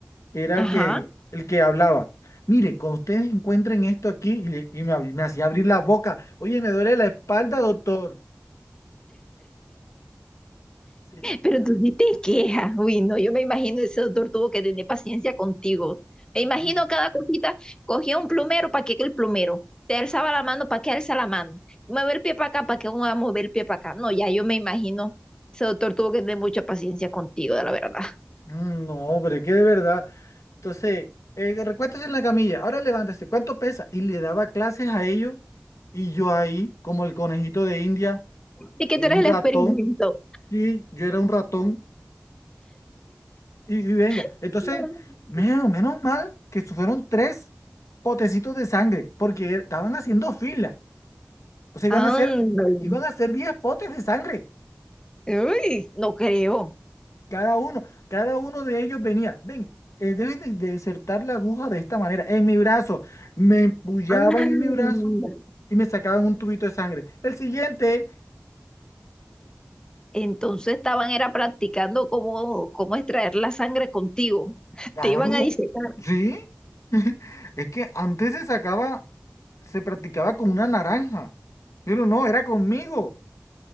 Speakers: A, on the left; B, on the left.
A: era
B: Ajá.
A: el que, el que hablaba. Mire, cuando ustedes encuentren esto aquí, y, le- y me, abrí- me hacía abrir la boca. Oye, me duele la espalda, doctor. Sí,
B: Pero tú sí te quejas, uy, no, yo me imagino ese doctor tuvo que tener paciencia contigo. Me imagino
A: sí.
B: cada cosita, cogía un plumero, ¿para qué que el plumero? Te alzaba la mano, ¿para qué alza la mano? Mueve el pie para acá, ¿para qué uno va a mover el pie para acá? No, ya yo me imagino, ese doctor tuvo que tener mucha paciencia contigo, de la verdad. <laughs>
A: Mm, No, hombre, que de verdad. Entonces, eh, recuéstese en la camilla, ahora levántese, ¿cuánto pesa? Y le daba clases a ellos, y yo ahí, como el conejito de India,
B: Y que
A: eh,
B: tú eres
A: un
B: el
A: ratón,
B: experimento.
A: y yo era un ratón, y, y venga.
B: <laughs>
A: Entonces, menos, menos mal que fueron tres potecitos de sangre, porque estaban haciendo fila. O sea,
B: Ándale.
A: iban a ser, iban a ser 10 potes de sangre,
B: Uy, no creo.
A: cada uno. Cada uno de ellos venía, ven, eh, deben de, de insertar la aguja de esta manera, en mi brazo. Me empullaban
B: Ándale.
A: en mi brazo y me sacaban un tubito de sangre. El siguiente,
B: Entonces estaban era practicando cómo, cómo extraer la sangre contigo.
A: claro,
B: Te iban a disecar.
A: sí. <laughs> Es que antes se sacaba, se practicaba con una naranja. Pero no, era conmigo.